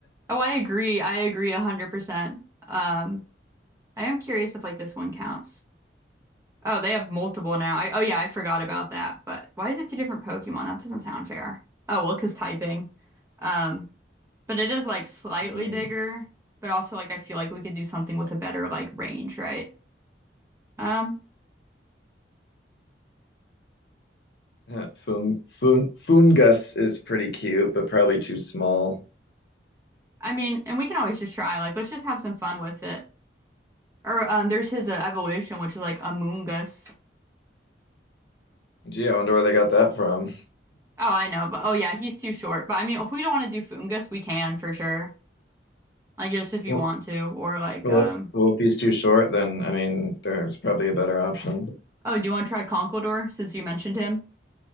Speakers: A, on the right; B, on the left.
A: oh, I agree. I agree 100%. Um I am curious if like this one counts. Oh, they have multiple now. I oh yeah, I forgot about that. But why is it two different Pokemon? That doesn't sound fair. Oh, well, 'cause typing. Um But it is like slightly
B: Mm.
A: bigger, but also like I feel like we could do something with a better like range, right? Um,
B: Uh, Fun fun fungus is pretty cute, but probably too small.
A: I mean, and we can always just try. Like, let's just have some fun with it. Or um, there's his uh, evolution, which is like a Us.
B: Gee, I wonder where they got that from.
A: Oh, I know, but oh yeah, he's too short. But I mean, if we don't want to do Fungus, we can for sure. Like just if you
B: Well,
A: want to, or like
B: well,
A: um,
B: if- well, if he's too short, then I mean, there's probably a better option. <laughs>
A: oh, do you want to try Conkeldurr since you mentioned him?